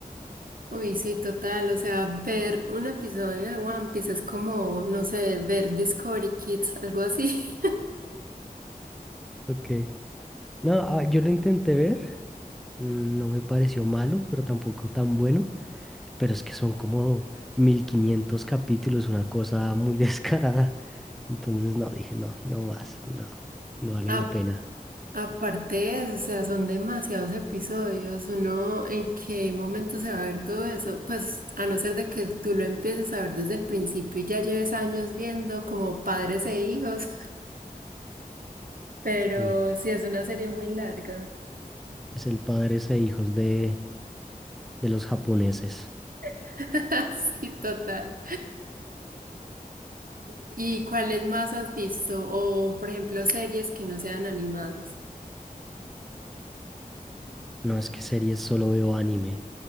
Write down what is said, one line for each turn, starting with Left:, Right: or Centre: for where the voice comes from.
Right: Uy, sí, total, o sea, ver un episodio de One Piece es como, no sé, ver Discovery Kids, algo así. <laughs>
Centre: Ok. No, ah, yo lo intenté ver, mm, no me pareció malo, pero tampoco tan bueno. pero es que son como 1500 capítulos, una cosa muy <laughs> descarada. Entonces, no, dije, no, no más, no, no vale
Right: A-
Centre: la pena.
Right: aparte de eso, o sea, son demasiados episodios, uno, ¿en qué momento se va a ver todo eso? Pues, a no ser de que tú lo empieces a ver desde el principio y ya lleves años viendo como padres e hijos. Pero
Centre: Sí,
Right: sí, es una serie muy larga.
Centre: Es el Padres e Hijos de, de los japoneses.
Right: <laughs> Sí, total. ¿Y cuáles más has visto? O, por ejemplo, series que no sean animadas.
Centre: No es que series solo veo anime.